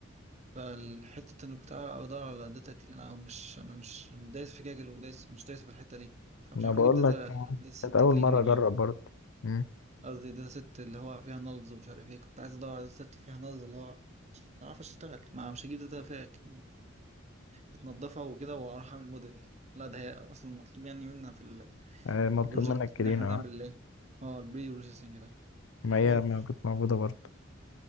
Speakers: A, on the right (about 35°); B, on the left (about 75°).
A: فالحتة انك بتاع ادور على داتا ك- انا مش انا مش دايس في جاجل ودايس مش دايس في الحتة دي فمش
B: ما
A: عارف
B: بقول
A: اجيب داتا
B: لك
A: داتا ست
B: كانت أول
A: كليننج
B: مرة أجرب
A: يعني
B: برضه مم.
A: قصدي داتا ست اللي هو فيها نلز ومش عارف ايه كنت عايز ادور على داتا ست فيها نلز اللي هو مش عارف اشتغل ما مش هجيب داتا فيها ك- اتنضفها وكده واروح اعمل موديل لا ده هي اصلا مطلوب يعني منا في ال-
B: آه مطلوب
A: البروجكت
B: منك كرينة
A: ان احنا نعمل
B: آه.
A: ايه اه البري بروسيسنج ده
B: ما
A: حوار
B: هي ما كانت موجودة برضه